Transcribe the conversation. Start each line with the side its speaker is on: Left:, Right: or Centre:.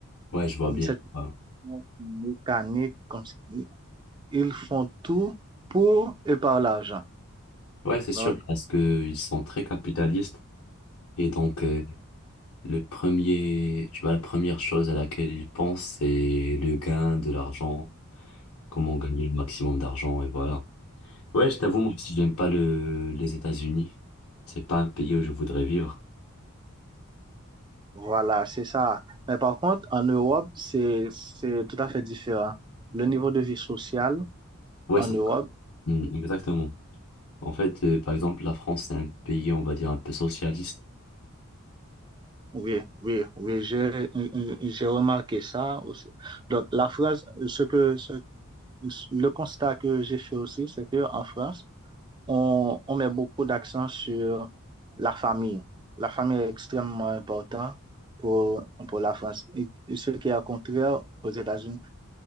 Left: Ouais, je vois bien.
Right: C'est
Left: Ouais,
Right: une mécanique, comme ils font tout pour et par l'argent.
Left: Ouais, c'est sûr,
Right: Donc,
Left: parce que ils sont très capitalistes. Et donc, euh, le premier, tu vois, la première chose à laquelle ils pensent, c'est le gain de l'argent, comment gagner le maximum d'argent, et voilà. Ouais, je t'avoue, moi aussi, j'aime pas le, les États-Unis. C'est pas un pays où je voudrais vivre.
Right: voilà, c'est ça. Mais par contre, en Europe, c'est, c'est tout à fait différent. Le niveau de vie sociale
Left: Ouais,
Right: en
Left: c'est
Right: Europe,
Left: ça. Mm, exactement. En fait, euh, par exemple, la France, c'est un pays, on va dire, un peu socialiste.
Right: Oui, oui, oui, j'ai j'ai remarqué ça aussi. Donc, la France, ce que, ce- le constat que j'ai fait aussi, c'est qu'en France, on, on met beaucoup d'accent sur la famille. La famille est extrêmement importante pour, pour la France. Et ce qui est au contraire aux États-Unis.